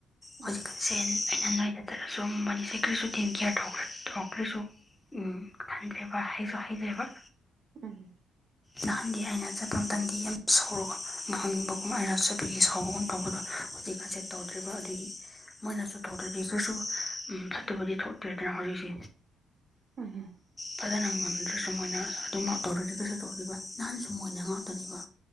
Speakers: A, on the right; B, on the left.
A: ꯎꯝ
B: ꯍꯧꯖꯤꯛꯀꯥꯟꯁꯦ ꯑꯩꯅ ꯅꯣꯏꯗ ꯇꯠꯔꯁꯨ ꯃꯅꯤꯁꯦ ꯀꯔꯤꯁꯨ ꯇꯝ ꯀꯤꯌꯔ ꯇꯧꯈ꯭ꯔꯦ ꯀ꯭ꯔꯔꯤꯁꯨ ꯎꯝ ꯈꯟꯗ꯭ꯦꯔꯤꯕ ꯍꯩꯁꯨ ꯍꯩꯗ꯭ꯦꯔꯤꯕ
A: ꯎꯝ
B: ꯅꯍꯥꯟꯗꯤ ꯑꯩꯅ ꯆꯠꯄ ꯃꯇꯝꯗ ꯌꯥꯝ ꯁꯥꯎꯔꯒ ꯉꯍꯟꯅꯤꯡꯕꯒꯨꯝ ꯑꯩꯅ ꯆꯠꯄꯒꯤ ꯁꯥꯎꯕꯒꯨꯝ ꯇꯧꯕꯗꯣ ꯍꯧꯖꯤꯦꯛ ꯈꯖꯦꯠ ꯇꯧꯗ꯭ꯔꯤꯕ ꯑꯗꯨꯒꯤ ꯃꯣꯏꯅꯁꯨ ꯇꯧꯗ꯭ꯔꯗꯤ ꯀꯔꯤꯁꯨ ꯎ ꯐꯠꯇꯕꯗꯤ ꯊꯣꯛꯇ꯭ꯔꯦꯗꯅ ꯍꯧꯖꯤꯛꯁꯤ
A: ꯎꯝꯝ
B: ꯐꯖꯅ ꯉꯝꯗ꯭ꯔꯦꯁꯨ ꯃꯣꯏꯅ ꯑꯗꯨꯝꯃꯛ ꯇꯧꯔꯗꯤ ꯀꯩ ꯇꯧꯔꯤꯕ ꯅꯍꯥꯟꯁꯨ ꯃꯣꯏꯅ ꯉꯥꯛꯇꯅꯦꯕ